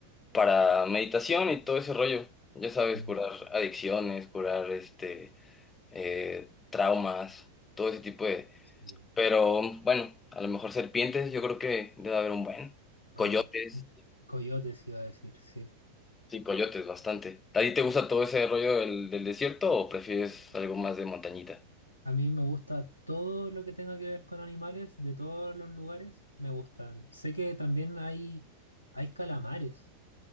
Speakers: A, on the left; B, on the right.
A: para meditación y todo ese rollo. Ya sabes,
B: Mm,
A: curar adicciones, curar este eh, traumas, todo ese tipo de...
B: sí,
A: Pero bueno, a lo mejor serpientes, yo creo que debe haber un buen.
B: vale.
A: Coyotes,
B: Y Coyotes iba a decir, sí.
A: sí, coyotes, bastante. ¿A ti te gusta todo ese rollo del, del desierto o prefieres algo más de montañita?
B: A mí me gusta todo lo que tenga que ver con animales, de todos los lugares, me gustan. Sé que también hay, hay calamares.